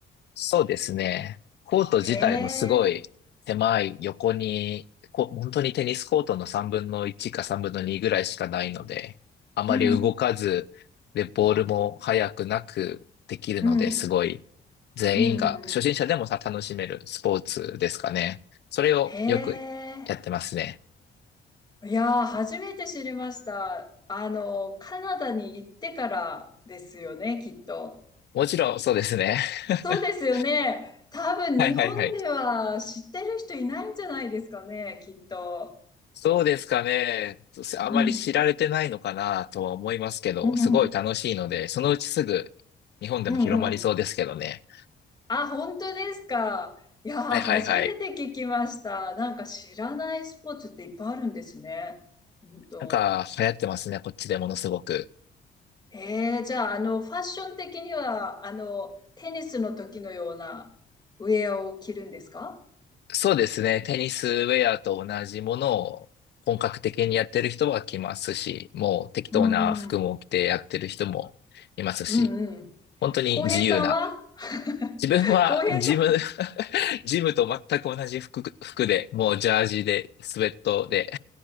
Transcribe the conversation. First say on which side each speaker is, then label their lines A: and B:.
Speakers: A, on the left; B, on the left.
A: そうですね。コート自体もすごい狭い横に、
B: へえ。
A: こ、本当にテニスコートの3分の1か3分の2ぐらいしかないので、あまり動かず、
B: うんうん
A: で、ボールも速くなくできるので、
B: うん
A: すごい全員が、
B: うんうんうんうんうん
A: 初心者でもさ、楽しめるスポーツですかね。それをよくやってますね。
B: へえいやー初めて知りましたあのカナダに行ってからですよねきっと
A: もちろん、そうですね。<laughs>
B: そうですよね。多分日本では知ってる人いないんじゃないですかね、
A: はいはいはい。
B: きっと。
A: そうですかね。あまり知られてないのかなとは思いますけど、
B: うん。うん。
A: すごい楽しいので、そのうちすぐ日本でも広まりそうですけどね。
B: うんうん。あ、本当ですか。いやー、
A: はいはいはい。
B: 初めて聞きました。なんか知らないスポーツっていっぱいあるんですね。うんと。
A: なんか流行ってますね、こっちでものすごく。
B: えー、じゃあ、あの、ファッション的には、あの、テニスの時のようなウェアを着るんですか
A: そうですね。テニスウェアと同じものを本格的にやってる人は来ますし、もう適当な服も着てやってる人もいますし、
B: うん。うんうん。
A: 本当に自由な。
B: 浩平さんは
A: 自分はジム、
B: <laughs> 浩平さん
A: <laughs> ジムと全く同じ服、服で、もうジャージで、スウェットで